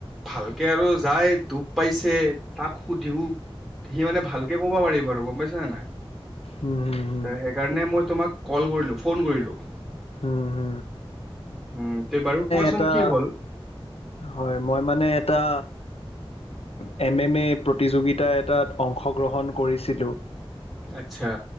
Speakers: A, in the centre; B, on the left (about 85°).
A: ভালকে আৰু যাই দুখ পাইছে তাক সুধিও সি মানে ভালকে ক'ব পাৰিব আৰু গম পাইছানে নাই?
B: উম, উম, হম।
A: তে সেইকাৰণে মই তোমাক কল কৰিলোঁ ফোন কৰলোঁ।
B: উম,
A: উম, তে বাৰু কোৱাচোন
B: এটা
A: কি হ'ল?
B: হয় মই মানে এটা অ'এম এম এ প্ৰতিযোগিতা এটাত অংশগ্ৰহণ কৰিছিলোঁ
A: আচ্ছা।